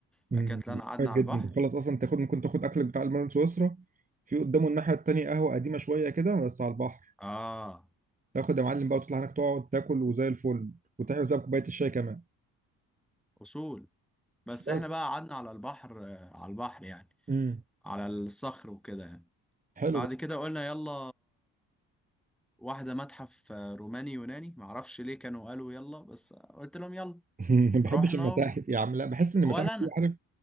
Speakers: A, on the right; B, in the centre.
A: امم
B: بعد كده طلعنا
A: جامد
B: قعدنا على
A: جدا
B: البحر
A: تخلص اصلا تاخد ممكن تاخد اكلك بتاع المرن سويسرا في قدامه الناحية التانية قهوة قديمة شوية كده بس على البحر
B: اه
A: تاخد يا معلم بقى وتطلع هناك تقعد تاكل وزي الفل وتحلو زي كوباية الشاي كمان
B: اصول بس
A: بس
B: احنا بقى قعدنا على البحر آه، على البحر يعني
A: امم
B: على الصخر وكده يعني
A: حلو
B: بعد
A: بقى
B: كده قلنا يلا واحده متحف آه، روماني يوناني معرفش ليه كانوا قالوا يلا بس قلت لهم يلا
A: <laughs> ما بحبش
B: رحنا
A: المتاحف
B: و...
A: يا عم لا بحس ان
B: ولا
A: المتاحف دي عارف